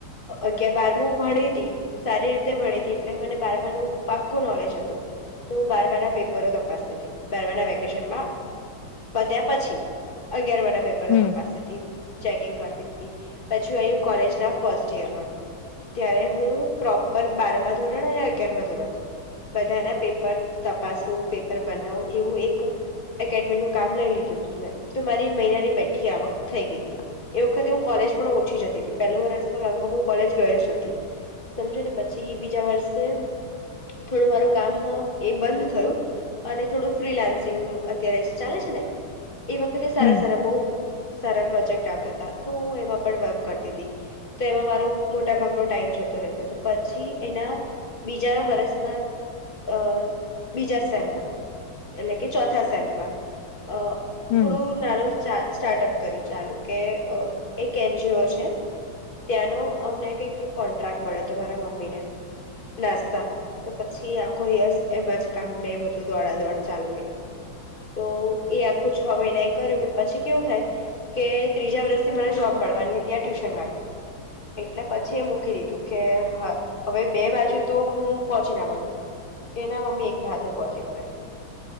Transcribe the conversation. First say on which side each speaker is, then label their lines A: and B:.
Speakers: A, on the left; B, on the left.
A: અગાર બારમ ભણી હતી સારી રીતે ભણી એટલે મને બારમાનું પાક કોલે છે. તો બાર વાર ના પેપરો તપાસતી હતી. બારવાના વેકેશનમાં બત્યા પછી અગ પેપરો
B: હમ
A: તપાસી ચેકિંગ કર પછી કોલેજ ના ફસ્ટ યરમાં ત્યારે હું પ્રોપર બાર ધોરણ અને અગાર ધોરણ બધાના પેપર તપાસું પેપર બનાવું એવું એક એકેડેમીનુંું કામ લઈ લીધું હતું મેં તો મારી મહિનાની બેઠી આવક થઈ ગઈ હતી એ વખતે હું કોલેજ પણ ઓછી જતી હતી પેલું વર્ષ તો લગભગ હું કોલેજ ગયો જ નથી સમજો ને પછી બીજા વર્ષે થોડું મારું કામ એ બંધ થયું અને થોડું ફ્રીલાન્સિંગ અત્યારે જે ચાલે છે ને એ વખતે સારા
B: હમ
A: સારા બહ સારા પ્રોજેક્ટ આવતા હતા તો હું એમાં પણ વર્ક કરતી હતી તો એમાં મારો મોટા ભાગનો ટાઈમ જતો રહેતો તો પછી એના બીજા વર્ષ અ બીજા સેમમાં એટલે કે ચોથા સેમમાં અ
B: હમ
A: થોડું નાનુ સ્ટાર્ટઅપ કર્યું ચાલુ કે એક એનજીઓ છે ત્યાંનો અમને કોન્ટ્રાક્ટ મળ્યો હતો મારા મમ્મીને નાસ્તાનો તો પછી આખો દિવસ એમાં જ કામને બધું દોડા દોડ ચાલુ રહી તો એ આખું છ મહિના એ કર્યું પણ પછી કેવું થાય કે ત્રીજા વર્ષથી મને જોબ મળવાની હતી આ ટ્યુશન વાળી એટલે પછી એ મૂકી દીધું કે હવે બે બાજુ તો હું પહોંચી ના મળું કે ના મમ્મી એકલા હાથે પહોંચી વળે